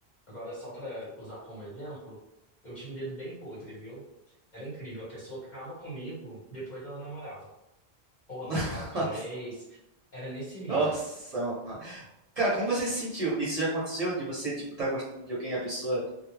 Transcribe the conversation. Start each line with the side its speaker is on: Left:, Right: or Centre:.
Left: agora só para usar como exemplo, eu tinha um dedo bem podre, viu? Era incrível. A pessoa ficava comigo, depois ela namorava. Ou ela
Right: <laughs>
Left: voltava com o ex. Era nesse nível.
Right: Nossa, mano. Cara, como você se sentiu? Isso já aconteceu de você, tipo, tá gostando de alguém, e a pessoa